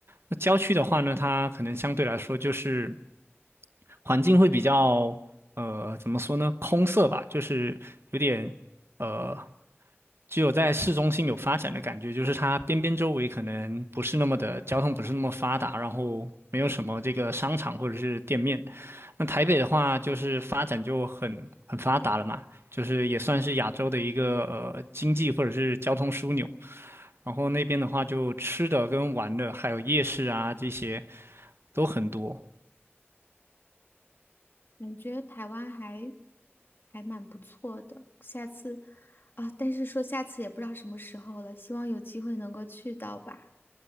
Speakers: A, on the right (about 60°); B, on the left (about 50°).
A: 那郊区的话呢，它可能相对来说就是环境会比较，呃，怎么说呢，空色吧，就是有点，呃，只有在市中心有发展的感觉，就是它边边周围可能不是那么的交通不是那么发达，然后没有什么这个商场或者是店面。那台北的话，就是发展就很很发达了嘛，就是也算是亚洲的一个呃经济或者是交通枢纽。然后那边的话，就吃的跟玩的，还有夜市啊这些都很多。
B: 感觉台湾还还蛮不错的，下次啊，但是说下次也不知道什么时候了，希望有机会能够去到吧。